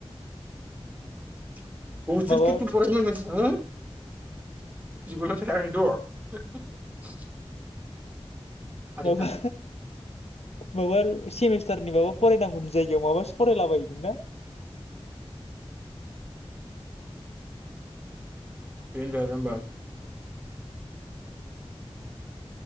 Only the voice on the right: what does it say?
<unintelligible>
<unintelligible> आदैखा
देनजार जाम्बा